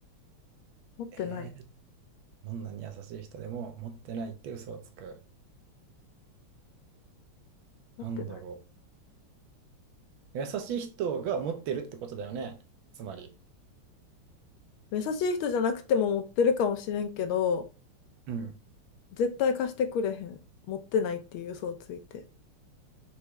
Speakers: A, on the left (about 75°); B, on the right (about 75°).
A: 持ってない。
B: <laughs> えーどんなに優しい人でも持ってないって嘘をつく。
A: 持ってない。
B: なんだろう。優しい人が持ってるってことだよね。つまり。
A: 優しい人じゃなくても持ってるかもしれんけど、
B: うん。
A: 絶対貸してくれへん。持ってないっていう嘘をついて。